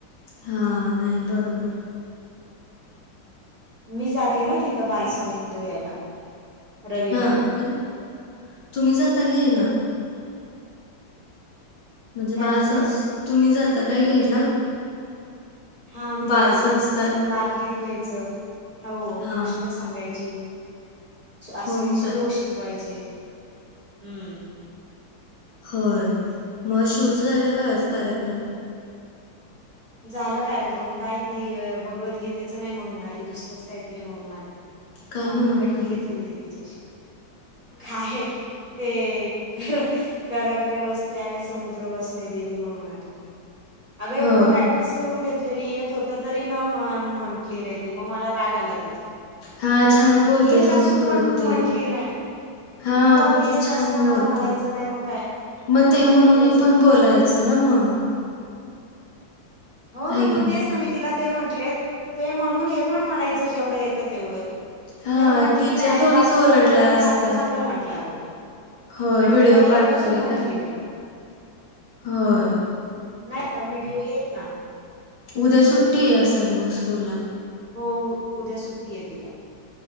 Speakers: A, on the left (about 75°); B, on the right (about 20°).
A: हा नाय बरोबर.
B: मी जाते ना तिथं बालसंगोपन घ्यायला रविवारी
A: हा काय तुम्ही जाता घ्यायला? म्हणजे
B: काय
A: बाल
B: म्हणतेस?
A: संस तुम्ही जाता काय घ्यायला?
B: हा मी
A: बालसंस्कार
B: घेते बालगीत घ्यायचं हो
A: हा
B: गोष्ट सांगायची असे
A: हो
B: श्लोक
A: काय
B: शिकवायचे हम्म
A: होय मग शिवच झालं का आज कार्यक्रम?
B: झालं कार्यक्रम काय ती भगवद्गीतेच नाही म्हणून आली दुसरंच काहीतरी म्हणून आली
A: काय
B: मग
A: म्हणून
B: मी कट्टी
A: आले
B: घेतली होती तिच्याशी काय ते कराग्रे वसते आणि समुद्र वसणे देवी म्हणून आली. अग एवढं
A: होय
B: प्रॅक्टिस. करुन घेतलेली येत होत तरी न म म्हटली नाही ती मग मला राग आला तिचा
A: हा छान बोलते
B: येत
A: संस्कृती.
B: असून पण म्हंटली नाही
A: हा
B: मग येत
A: ती छान
B: असताना
A: बोलते
B: म्हणायचं नाही मग काय
A: म ते म्हणून
B: तेच
A: हे
B: ना
A: पण बोलायचं. <unintelligible>
B: हो
A: हाय
B: ना मग
A: की नाही
B: तेच ना मी तिला ते म्हटले ते म्हणून हे पण म्हणायचं जेवढं येतं तेवढं
A: हा
B: तर म्हंटली
A: टीचर
B: नाही आणि
A: थोडीच
B: बाकीच्या
A: ओरडल्या
B: मुलांनी
A: असत्या
B: चांगलं चांगलं म्हंटलं अग
A: होय
B: आणि
A: व्हिडिओ
B: हिला येत
A: पाठवले
B: असून ही म्हंटली
A: का
B: नाही
A: होय.
B: नाहीत का व्हिडिओ येईल ना.
A: उद्या सुट्टी असेल मग स्कूल ला?
B: हो उद्या सुट्टी ए तिला.